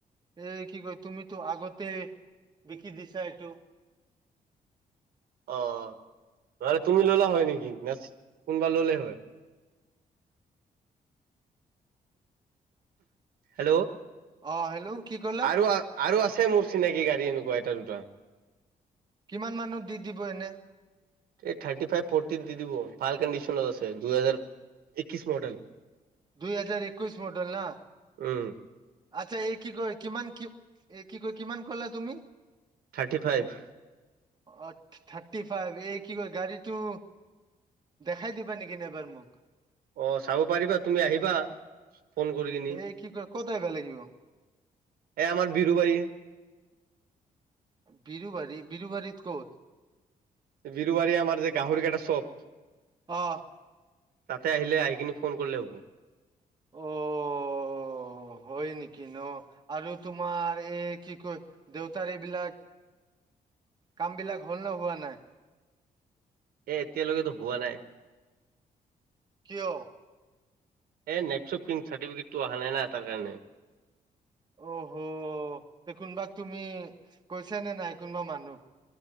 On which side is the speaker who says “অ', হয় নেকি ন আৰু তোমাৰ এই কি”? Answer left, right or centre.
Right